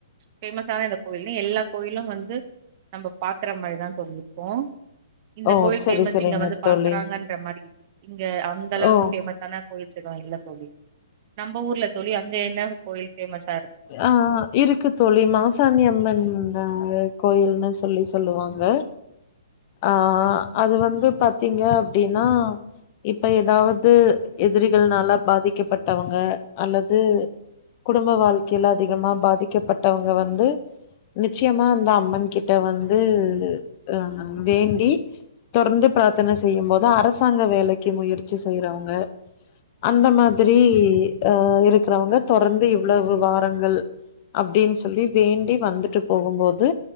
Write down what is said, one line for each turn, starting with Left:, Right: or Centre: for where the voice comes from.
Right: பேஃமஸான இந்த கோயில எல்லா கோயிலும் வந்து நம்ம பாக்குற மாதிரிதான் சொல்லியிருக்கோம் இந்த
Left: ஓ
Right: கோயில்
Left: சரி
Right: பேமஸ்
Left: சரிங்க
Right: இங்க வந்து பாக்குறாங்கன்ற
Left: தோழி
Right: மாதிரி இ இங்க அந்த அளவுக்கு
Left: ஓ
Right: பேமஸ் ஆன போயிச்சுக்தான் இல்லை தோழி நம்ம ஊர்ல தோழி அங்க என்ன கோயில் பேமஸ்
Left: ஆஹ் இருக்கு தோழி மாசாணியம்மன் நாங்க கோயில்னு சொல்லி சொல்லுவாங்க ஆஹ் அது வந்து பாத்தீங்க அப்படின்னா இப்ப ஏதாவது எதிரிகள்னால பாதிக்கப்பட்டவங்க அல்லது குடும்ப வாழ்க்கையில அதிகமா பாதிக்கப்பட்டவங்க வந்து நிச்சயமா அந்த அம்மன் கிட்ட வந்து அஹ் வேண்டி தொடர்ந்து பிரார்த்தனை செய்யும் போோது அரசாங்க வேலைக்கு முயற்சி செய்யறவங்க அந்த மாதிரி அஹ் இருக்கிறவங்க தொடர்ந்து இவ்வளவு வாரங்கள் அப்படின்னு சொல்லி வேண்டி வந்துட்டு போகும்போது